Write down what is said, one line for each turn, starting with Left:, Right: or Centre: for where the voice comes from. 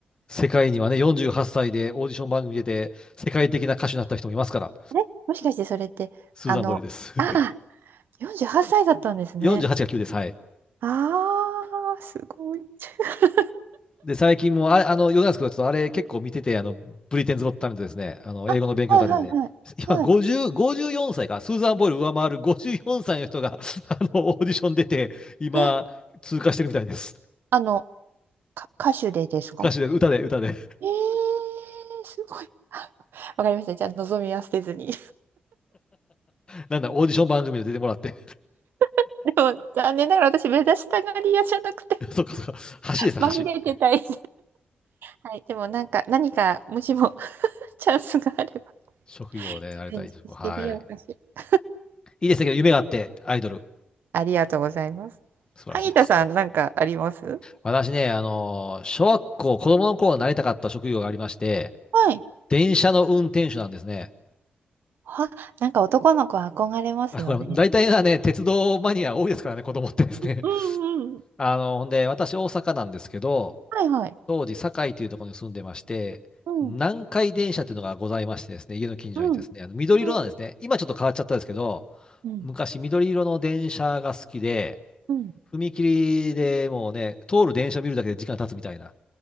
Left: 世界にはね、48歳でオーディション番組出て、世界的な歌手になった人もいますから、
Right: あれもしかしてそれって、
Left: スーザン・
Right: あの、
Left: ボイルです。
Right: あ
Left: <laughs>
Right: あ、48歳だったんですね。
Left: 48が9です、はい。
Right: ああ、すごい。<laughs>
Left: で、最近も、あれ、あの、余談ですけど、ちょっとあれ結構見てて、あの、ブリテンズ・ゴット・タレントですね、あの、
Right: あ、
Left: 英語の勉強家庭で、
Right: はいはいはい。
Left: 今50、
Right: はい。
Left: 54歳か、スーザン・ボイル上回る54歳の人が、<laughs> あの、オーディション出て、今、
Right: え、
Left: 通過してるみたいです。
Right: あの、か、歌手でですか
Left: 歌手で、歌で、歌で。
Right: えー、すごい。<laughs> あわかりました。じゃあ、望みは捨てずに。
Left: なんだ、オーディション番組で出てもらって。
Right: <laughs> でも、残念ながら私、目指したがり屋じゃなくて、
Left: <laughs> そっかそっか。橋ですね、
Right: まみれてたい。
Left: 橋。
Right: <laughs> はい。でも、なんか、何か、もしも、チャンスがあれば、
Left: 職業ね、
Right: チャレンジしてみようかしら。
Left: なれたい職。はい。いいですねけど、夢があって、アイドル。
Right: ありがとうございます。
Left: 素晴らしいです。
Right: 萩田さん、なんかあります
Left: 私ね、あのー小学校、子供の頃なりたかった職業がありまして、
Right: はい。
Left: 電車の運転手なんですね。
Right: は、なんか男の子は憧れますよね。
Left: あ、これ、大体はね、鉄道マニア多いですからね、子供ってですね。
Right: うんうん
Left: <laughs> あの、ほんで、私、大阪なんですけど、
Right: はいはい。
Left: 当時、堺というところに住んでまして、
Right: うん。
Left: 南海電車というのがございましてですね、家の近所にですね、
Right: うん
Left: あの緑色なんですね。
Right: うん
Left: 今ちょっと変わっちゃったんですけど、
Right: うん
Left: 昔、緑色の電車が好きで、
Right: うん
Left: 踏切でもうね、通る電車見るだけで時間経つみたいな。